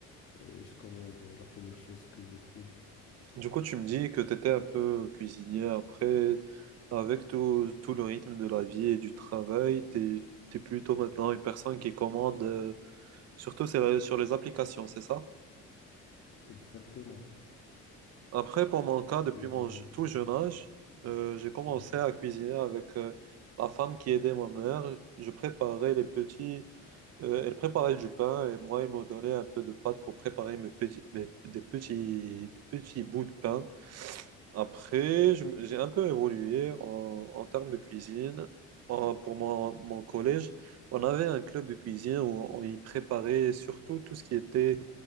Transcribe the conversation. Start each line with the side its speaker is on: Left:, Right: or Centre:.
Left: euh, et je commande la première chose que je trouve.
Right: Du coup, tu me dis que tu étais un peu cuisinier après, avec tout, tout le rythme de la vie et du travail, tu es, plutôt maintenant une personne qui commande, euh, surtout sur sur les applications, c'est ça?
Left: Exactement.
Right: Après, pour mon cas, depuis
Left: Et- euh,
Right: mon
Left: Mhm.
Right: je- tout jeune âge, euh, j'ai commencé
Left: Mhm.
Right: à cuisiner avec euh, la femme qui aidait ma mère. Je préparais les petits euh, elle préparait du pain et moi, elle me donnait un peu de pâte pour préparer mes petits, mes- des petits, des petits bouts de pain. Après, je me- j'ai un peu évolué en, en termes de cuisine. En- pour mon, mon collège, on avait un club de cuisine où on y préparait surtout tout ce qui était